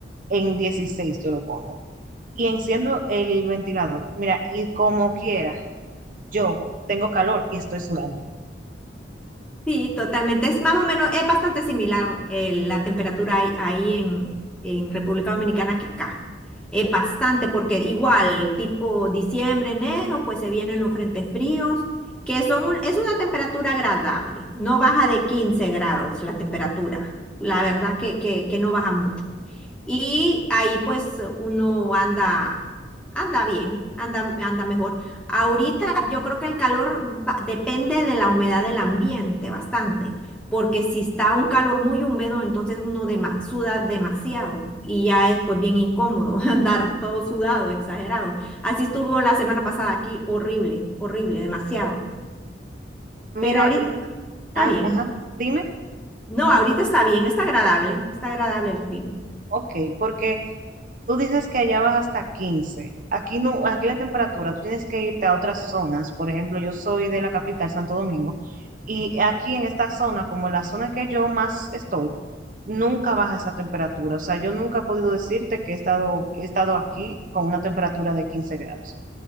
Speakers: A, on the right; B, in the centre.
A: en 16 yo lo pongo, y enciendo el ventilador. Mira, y como quiera, yo tengo calor y estoy sudando.
B: Sí, totalmente. Es más o menos, es bastante similar eh, la temperatura ahí, ahí en, en República Dominicana que acá. Es bastante, porque igual, tipo diciembre, enero, pues se vienen los frentes fríos, que son un- es una temperatura agradable. No baja de 15 grados la temperatura. La verdad que, que, que no baja mucho. Y ahí pues uno anda, anda bien, anda, anda mejor. Ahorita yo creo que el calor va- depende de la humedad del ambiente bastante, porque si está un calor muy húmedo, entonces uno dema- suda demasiado y ya es pues bien incómodo <laughs> andar todo sudado, exagerado. Así estuvo la semana pasada aquí, horrible, horrible, demasiado.
A: Mira,
B: Pero ahorita está
A: Ah,
B: bien.
A: ajá, dime.
B: No, ahorita está bien, está agradable, está agradable el clima.
A: Ok, porque tú dices que allá vas hasta quince, Aquí no, aquí la temperatura, tú tienes que irte a otras zonas. Por ejemplo, yo soy de la capital, Santo Domingo, y aquí en esta zona, como la zona que yo más estoy, nunca baja esa temperatura. O sea, yo nunca he podido decirte que he estado, he estado aquí con una temperatura de 15 grados.